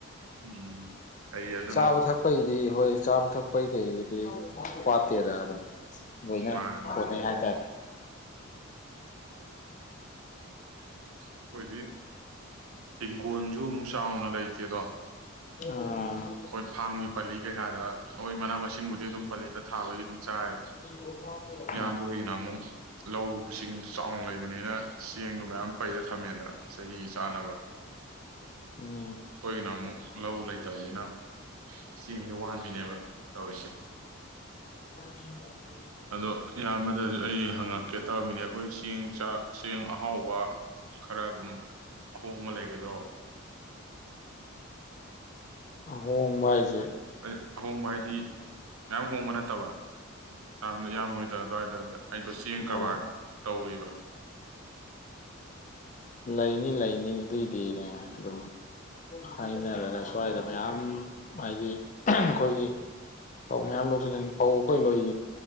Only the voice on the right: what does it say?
ꯎꯝ ꯐꯩ ꯑꯗꯨꯅꯕꯨ
ꯃꯥꯅꯦ ꯃꯥꯅꯦ
ꯑꯩꯈꯣꯏꯗꯤ ꯏꯤꯡꯈꯣꯟꯁꯨ ꯑꯃꯨꯛ ꯆꯥꯎꯅ ꯂꯩꯇꯦꯗꯣ
ꯍꯣꯏ ꯐꯥꯒꯤ ꯄꯜꯂꯤ ꯀꯩꯀꯥꯗ ꯑꯩꯈꯣꯏ ꯃꯅꯥ ꯃꯁꯤꯡꯕꯨꯗꯤ ꯑꯗꯨꯝ ꯄꯂꯦꯗ ꯊꯥꯕꯒꯤ ꯑꯗꯨꯝ ꯆꯥꯏ
ꯏꯌꯥꯝꯕ ꯑꯣꯏꯗꯅ ꯑꯃꯨꯛ ꯂꯧꯁꯤꯡ ꯆꯥꯎꯅ ꯂꯩꯕꯅꯤꯅ ꯆꯦꯡꯗꯣ ꯃꯌꯥꯝ ꯊꯝꯃꯦꯗꯅ ꯆꯍꯤ ꯆꯥꯅꯕ
ꯑꯩꯈꯣꯏꯒꯤꯅ ꯑꯃꯨꯛ ꯂꯧ ꯂꯩꯇꯕꯅꯤꯅ ꯑꯃ ꯆꯦꯡꯁꯤ ꯋꯥꯍꯟꯕꯤꯅꯦꯕ ꯇꯧꯔꯤꯁꯦ
ꯑꯗꯣ ꯏꯌꯥꯝꯕꯗ ꯑꯩ ꯍꯪꯉꯛꯀꯦ ꯇꯧꯔꯝꯃꯤꯅꯦ ꯑꯩꯈꯣꯏ ꯆꯦꯡ ꯆꯥ ꯆꯦꯡ ꯑꯍꯥꯎꯕ ꯈꯔ ꯑꯗꯨꯝ ꯑꯍꯣꯡꯕ ꯂꯩꯒꯗ꯭ꯔꯣ
ꯑ ꯑꯍꯣꯡꯕ ꯍꯥꯏꯗꯤ ꯃꯌꯥꯝ ꯍꯣꯡꯕ ꯅꯠꯇꯕ ꯆꯥꯗ ꯌꯥꯝꯃꯣꯏ ꯀ ꯇꯗ ꯑꯩꯗꯣ ꯆꯦꯡ ꯀꯕꯥꯔ
ꯇꯧꯔꯤꯕ